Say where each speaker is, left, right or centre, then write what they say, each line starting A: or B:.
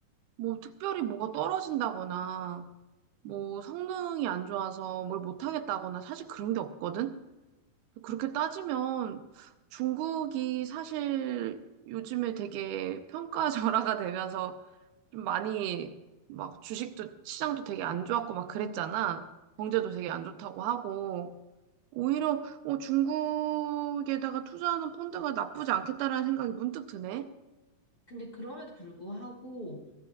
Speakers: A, on the right (about 80°); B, on the left (about 30°).
A: 뭐 특별히 뭐가 떨어진다거나, 뭐 성능이 안 좋아서 뭘 못하겠다거나 사실 그런 게 없거든? 그렇게 따지면 중국이 사실 요즘에 되게 평가절하가 되면서 좀 많이 막 주식도 시장도 되게 안 좋았고 막 그랬잖아.
B: 음.
A: 경제도 되게 안 좋다고 하고 오히려 어, 중국에다가 투자하는 펀드가 나쁘지 않겠다라는 생각이 문득 드네.
B: 근데 그럼에도 불구하고